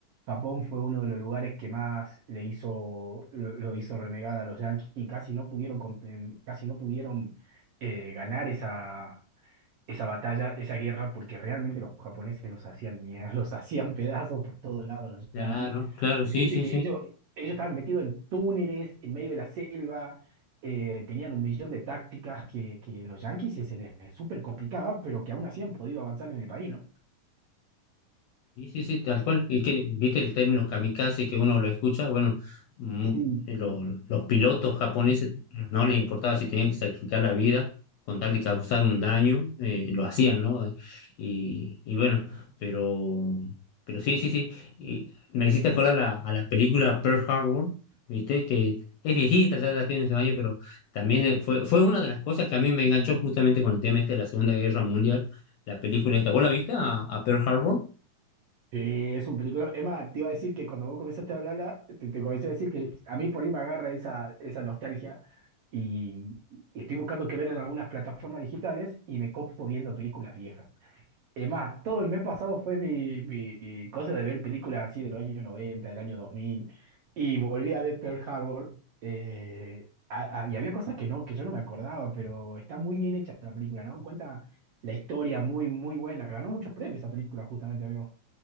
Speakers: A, on the right; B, on the left.
A: Japón fue uno de los lugares que más le hizo, lo, lo hizo renegar a los Yankees y casi no pudieron, conten- casi no pudieron eh, ganar esa, esa batalla, esa guerra, porque realmente los japoneses los hacían mierda, <laughs> los hacían pedazos por todos lados los
B: Claro,
A: Yankees.
B: claro,
A: Porque
B: sí,
A: viste
B: sí,
A: que
B: sí.
A: ellos, ellos estaban metidos en túneles, en medio de la selva, eh, tenían un millón de tácticas que, que los Yankees se se les súper complicaba, pero que aún así han podido avanzar en el país, ¿no?
B: Sí, sí, sí, tal cual. Y que, viste el término kamikaze que uno lo escucha, bueno, mm,
A: Sí,
B: lo- los pilotos japoneses no les importaba si tenían que sacrificar la vida con tal de causar un daño, eh, lo hacían, ¿no? Y, y bueno, pero, pero sí, sí, sí. Y me hiciste acordar la- a la película Pearl Harbor, viste, que es viejita, ya, ya tiene ese años, pero también eh, fue, fue una de las cosas que a mí me enganchó justamente con el tema este de la Segunda Guerra Mundial, la película esta. ¿Vos la viste a a Pearl Harbor?
A: Sí, es un película. Es más, te iba a decir que cuando vos comenzaste a hablarla, te, te comencé a decir que a mí por ahí me agarra esa, esa nostalgia y, y estoy buscando qué ver en algunas plataformas digitales y me copo viendo películas viejas. Es más, todo el mes pasado fue mi, mi cosa de ver películas así de los años 90, del año 2000 y volví a ver Pearl Harbor eh, a- a- y había cosas que no, que yo no me acordaba, pero está muy bien hecha la película, ¿no? Cuenta la historia muy, muy buena. Ganó muchos premios esa película justamente, amigo.